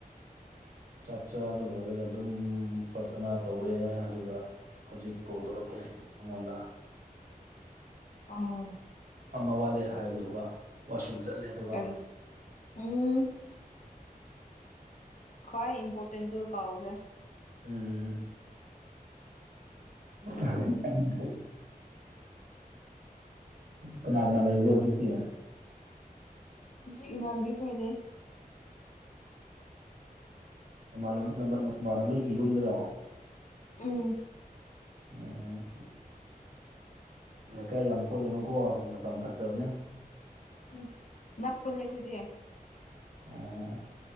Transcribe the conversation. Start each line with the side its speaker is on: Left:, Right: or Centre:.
Right: ꯆꯥꯛ ꯆꯥꯕ ꯂꯣꯏꯔꯒ ꯑꯗꯨꯝ ꯄ꯭ꯔꯊꯅꯥ ꯇꯧꯔꯦ ꯑꯗꯨꯒ꯫ ꯍꯧꯖꯤꯛ ꯀꯣꯜ ꯇꯧꯔꯛꯄꯅꯦ ꯅꯪꯉꯣꯟꯗ꯫
Left: ꯑꯥꯎ
Right: ꯑꯃ ꯋꯥꯠꯂꯦ ꯍꯥꯏꯒꯗꯧꯕ꯫ ꯋꯥꯁꯔꯨꯝ ꯆꯠꯂꯦ ꯑꯗꯨꯒ꯫
Left: ꯀꯔꯤ ꯎꯝ ꯈ꯭ꯋꯥꯏ ꯏꯝꯄꯣꯔꯇꯦꯟꯗꯨ ꯀꯥꯎꯈ꯭ꯔꯦ꯫
Right: ꯎꯝ꯫ <unintelligible> <unintelligible> ꯀꯅꯥ ꯀꯅꯥ ꯂꯩꯕꯣ ꯍꯧꯖꯤꯛꯇꯤ꯫
Left: ꯍꯧꯖꯤꯛ ꯏꯃꯥꯟꯕꯤ ꯈꯣꯏꯂꯩ꯫
Right: ꯎꯝ ꯅꯃꯥꯟ ꯅꯃꯥꯟꯅꯕꯤꯒꯤ ꯌꯨꯝꯗꯔꯣ꯫
Left: ꯎꯝ
Right: ꯎꯝ꯫ ꯂꯩꯀꯥꯏ ꯌꯥꯝ ꯀꯣꯏꯕꯅꯨꯀꯣ ꯃꯇꯝ ꯐꯠꯇꯕꯅꯦ꯫
Left: ꯑꯁ ꯅꯛꯄꯅꯦ ꯑꯩꯈꯣꯏꯗꯤ꯫
Right: ꯑꫭ꯫